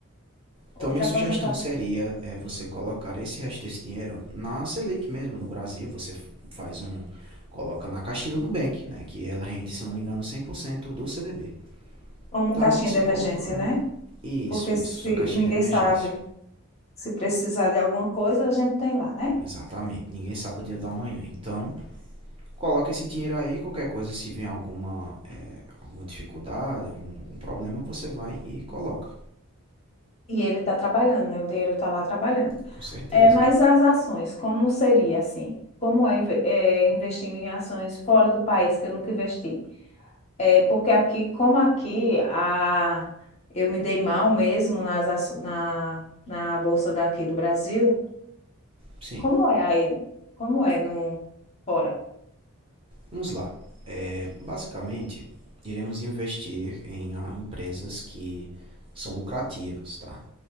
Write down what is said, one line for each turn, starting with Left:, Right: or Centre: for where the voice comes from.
Right: Então,
Left: Outra
Right: minha sugestão
Left: aposentadoria.
Right: seria é, você colocar esse resto desse dinheiro na Selic mesmo, no Brasil. Você faz um. Coloca na caixinha do Nubank, né? Que ela rende, se não me engano, 100% do CDB.
Left: Como
Right: Então,
Left: um caixinha
Right: você
Left: de emergência,
Right: colocando.
Left: né?
Right: Isso,
Left: Porque
Right: isso.
Left: se
Right: Sua caixinha
Left: ninguém
Right: de emergência.
Left: sabe se precisar de alguma coisa, a gente tem lá, né?
Right: Exatamente. Ninguém sabe o dia da manhã Então, coloca esse dinheiro aí. Qualquer coisa, se vier alguma, é, alguma dificuldade, algum, algum problema, você vai e coloca.
Left: E ele está trabalhando, né? O dinheiro está lá trabalhando.
Right: Com certeza.
Left: É, mas as ações, como seria assim? Como é, inve- é, investir em ações fora do país que eu nunca investi? É, porque aqui, como aqui, a, eu me dei mal mesmo nas, aço- na, na bolsa daqui do Brasil.
Right: Sim.
Left: Como é aí? Como é no fora?
Right: Vamos lá. É, basicamente, iremos investir em ah, empresas que são lucrativas, tá?